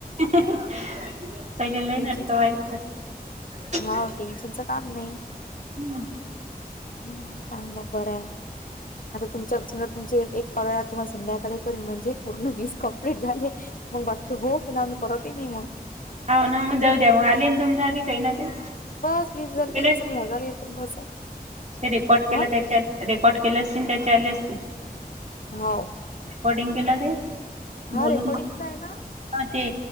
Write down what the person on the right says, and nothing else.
हूं हूं पहिले लई
नाटकं <unintelligible>
हूं
हाव ना... मग जाऊ द्या... मग आले ना... तुमच्या कडं काई ना काई
<inaudible>
ते
रेकॉर्ड केलं
त्याच्यात रेकॉर्ड केले असतील... त्याचे आले असतील
रेकॉर्डिंग केला ते?
बोलून
हा... ते...